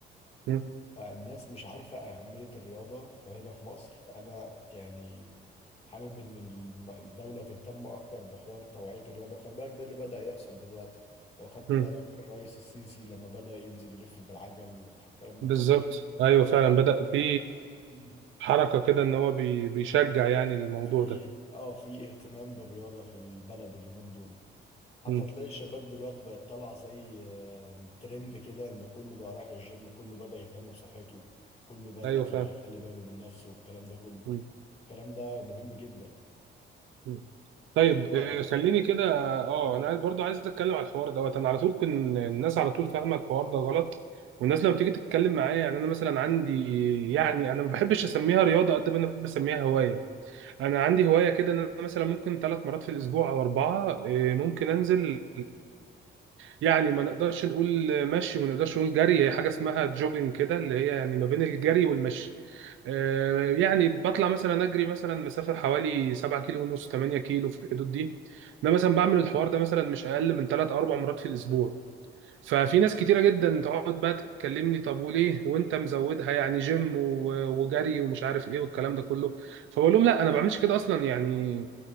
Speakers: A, on the right; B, on the left.
A: مم.
B: فالناس مش عارفة أهمية الرياضة فهنا في مصر فأنا يعني حابب إن الم- الدولة تهتم أكتر بحوار توعية الرياضة وخلي بالك ده اللي بدأ يحصل دلوقتي لو خدت
A: مم.
B: بالك الرئيس السيسي لما بدأ ينزل يلف بالعجل والكلام ده
A: بالظبط
B: كله
A: ايوه فعلا بدأ في
B: مم.
A: حركه كده ان هو بي- بيشجع يعني الموضوع
B: في
A: ده
B: اه في اهتمام بالرياضة في البلد اليومين دول حتى
A: مم.
B: تلاقي الشباب دلوقتي بقت طالعة زي آه، ترند كده ان كله بقى رايح الجيم كله بدأ يهتم بصحته كله بدأ
A: ايوه فعلا
B: يخلي باله من نفسه والكلام ده كله
A: مم.
B: الكلام ده مهم جدا
A: مم. طيب
B: انت ايه رأيك
A: آه، خليني كده اه
B: قول
A: انا
B: لي
A: برضو عايز اتكلم على الحوار دوت انا على طول كن الناس على طول فاهمه الحوار ده غلط والناس لما تيجي تتكلم معايا يعني انا مثلا عندي يعني انا ما بحبش اسميها رياضه قد ما انا بحب اسميها هوايه انا عندي هوايه كده ان انا مثلا ممكن ثلاث مرات في الاسبوع او اربعه آه، ممكن انزل يعني ما نقدرش نقول مشي وما نقدرش نقول جري هي حاجه اسمها جوجنج كده اللي هي يعني ما بين الجري والمشي آه، يعني بطلع مثلا اجري مثلا مسافه حوالي 7 كيلو ونص 8 كيلو في الحدود دي انا مثلا بعمل الحوار ده مثلا مش اقل من 3 او 4 مرات في الاسبوع ففي ناس كتيره جدا تقعد بقى تكلمني طب وليه وانت مزودها يعني جيم و- وجري ومش عارف ايه والكلام ده كله فبقول لهم لا انا ما بعملش كده اصلا يعني